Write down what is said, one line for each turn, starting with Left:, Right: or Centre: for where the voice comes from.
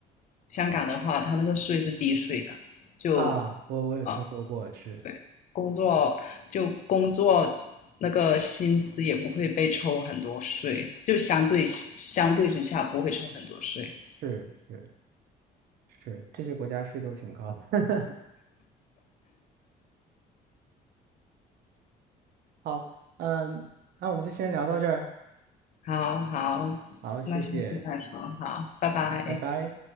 Left: 香港的话，它那个税是低税的，就。
Right: 啊，我我有听说过，
Left: 啊。
Right: 是
Left: 对，工作就工作那个薪资也不会被抽很多税，就相对相对之下不会抽很多税。
Right: 是是是，这些国家税都挺高的。<laughs> 好，嗯，那我们就先聊到这儿，
Left: 好好，
Right: 好，谢谢，
Left: 那下次再说，好，拜拜。
Right: 嗯拜拜。